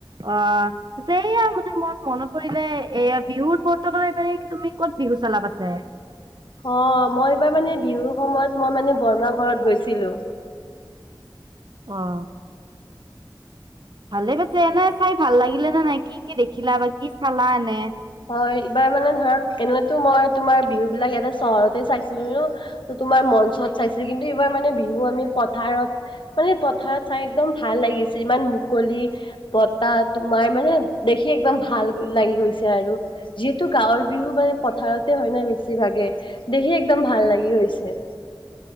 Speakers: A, on the right; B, on the left.
A: অ ত এইয়া মানে মন মনত পৰিলে এয়া বিহুৰত উপৰত তোমাৰ এইফালে তুমি কত বিহু কলাপ আছে।
B: অ মই এইবাৰ মানে বিহুৰ সময়ত মই মানে বৰমা, ঘৰত গৈছিলো।
A: অ ভালে পাইছে এনে চাই ভাল লাগিলে নে নাই কি কি দেখিলা বা কি চালা এনে।
B: হয় এইবাৰ মানে ধৰক এনেতো মই তোমাৰ বিহু বিলাক ইয়াতে চহৰতে চাইছিলো। ন ত তোমাৰ মঞ্চত চাইছিল কিন্তু এইবাৰ মানে বিহু আমি পথাৰত মানে- কথাৰত চাই একদম ভাল লাগিছে ইমান মুকলি বতাহ তো মাৰ মানে দেখি একদম ভাল লাগি গৈছে। আৰু যিহেতু গাঁৱৰ বিহু মানে পথাৰতে হয় নাই বেছি ভাগে। দেখি একদম ভাল লাগি গৈছে।